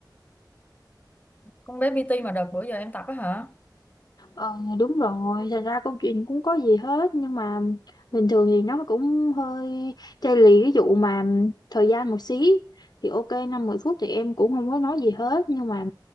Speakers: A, on the left; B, on the left.
A: Con bé PT mà đợt bữa giờ em tập á hả?
B: Ờ đúng rồi, thật ra câu chuyện cũng có gì hết nhưng mà bình thường thì nó cũng hơi chai lì cái vụ mà thời gian một xí. Thì ok năm mười phút thì em cũng không có nói gì hết nhưng mà